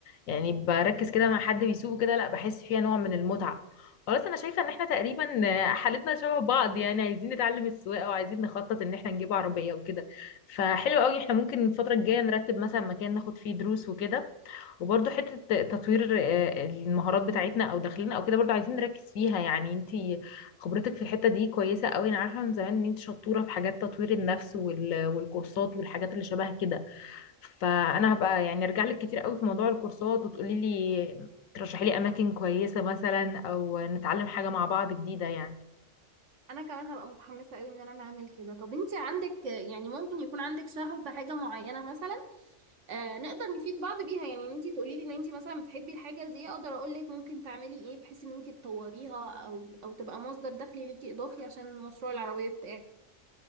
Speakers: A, on the left; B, on the right.
A: يعني بركز كده مع حد بيسوقه كده لا بحس فيها نوع من المتعة خلاص انا شايفة ان احنا تقريبا آه، حالتنا شبه بعض يعني عايزين نتعلم السواقة وعايزين نخطط ان احنا نجيب عربية وكده فحلو قوي احنا ممكن الفترة الجاية نرتب مثلا مكان ناخد فيه دروس وكده وبرضه حتة تطوير آه، المهارات بتاعتنا او داخلنا او كده برضه عايزين نركز فيها يعني انتي خبرتك في الحتة دي كويسة قوي انا عارفة من زمان ان انت شطورة في حاجات تطوير النفس وال- والكورسات والحاجات اللي شبه كده فانا هبقى يعني ارجع لك كتير قوي في موضوع الكورسات وتقولي لي ترشحي لي اماكن كويسة مثلا او نتعلم حاجة مع بعض جديدة يعني
B: انا كمان هبقى متحمسه قوي ان انا اعمل كده طب انت عندك يعني ممكن يكون عندك شغف بحاجه معينه مثلا آه نقدر نفيد بعض بيها يعني انت تقولي لي ان انت مثلا بتحبي الحاجه دي اقدر اقول لك ممكن تعملي ايه بحيث ان انت تطوريها او او تبقى مصدر دخل ليكي اضافي عشان مشروع العربيه بتاعك